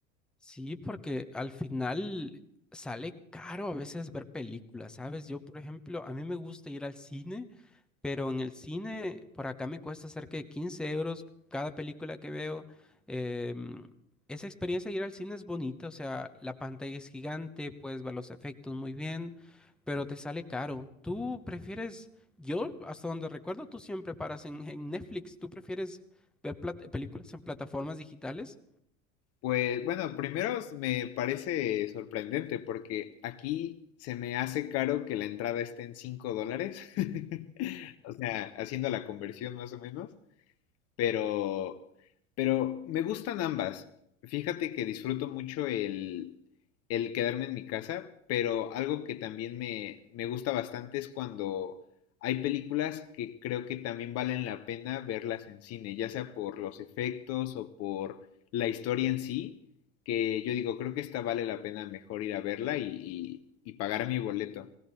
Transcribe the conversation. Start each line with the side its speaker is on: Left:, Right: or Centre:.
Centre: Sí, porque al final sale caro a veces ver películas, ¿sabes? Yo, por ejemplo, a mí me gusta ir al cine Pero en el cine, por acá me cuesta cerca de 15 euros cada película que veo. Em, esa experiencia de ir al cine es bonita, o sea, la pantalla es gigante, puedes ver los efectos muy bien, pero te sale caro. ¿Tú prefieres, yo hasta donde recuerdo, tú siempre paras en, en Netflix, ¿tú prefieres ver plat- películas en plataformas digitales?
Left: Pues bueno, primero me parece sorprendente porque aquí se me hace caro que la entrada esté en 5 dólares. <laughs> O sea, haciendo la conversión más o menos. Pero, pero me gustan ambas. Fíjate que disfruto mucho el, el quedarme en mi casa, pero algo que también me, me gusta bastante es cuando hay películas que creo que también valen la pena verlas en cine, ya sea por los efectos o por la historia en sí, que yo digo, creo que esta vale la pena mejor ir a verla y, y- y pagar mi boleto.